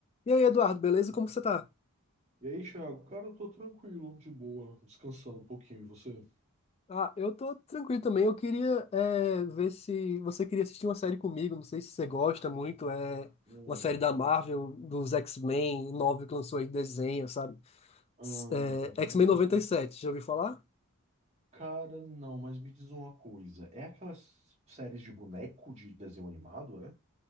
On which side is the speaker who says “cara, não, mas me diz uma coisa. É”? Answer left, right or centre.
Right